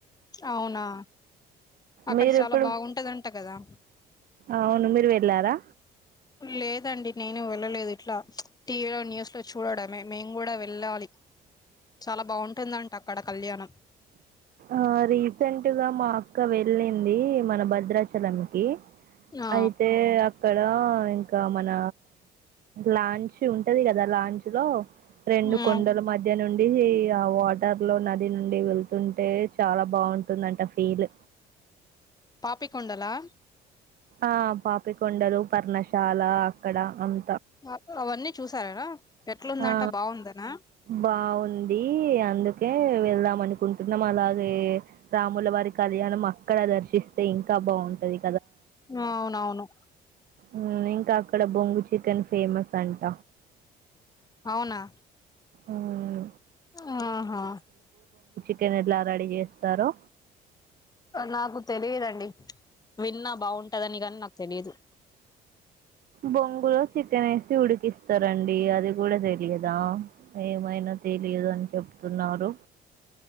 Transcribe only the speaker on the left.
అవునా అక్కడ
చాలా
బాగుంటదంట కదా
లేదండి నేను వెళ్ళలేదు ఇట్లా టీవీలో న్యూస్ లో చూడడమే మేము కూడా వెళ్ళాలి చాలా బాగుంటుందంట అక్కడ కళ్యాణం
ఆ
మ్మ్
పాపికొండలా
అ అవన్నీ చూసారా ఎట్లుందంట
బాగుందనా
అవునవును
అవునా
ఆహా
నాకు తెలియదండి విన్నా బాగుంటదని గాని నాకు తెలిదు